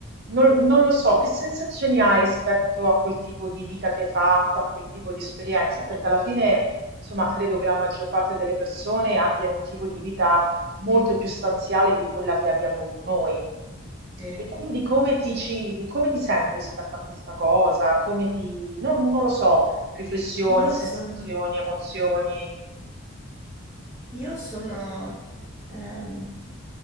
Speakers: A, on the right (about 45°); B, in the centre.
A: non, non lo so, che sensazioni hai rispetto a quel tipo di vita che hai fatto, a quel tipo di esperienza? Perché alla fine, insomma, credo che la maggior parte delle persone abbiano un tipo di vita molto più stanziale di quella che abbiamo avuto noi.
B: Sì.
A: E quindi come ti, ci- come ti senti rispetto a questa cosa? Come ti, non, non lo so, riflessioni,
B: Io
A: sensazioni,
B: sono,
A: emozioni?
B: Io sono, ehm,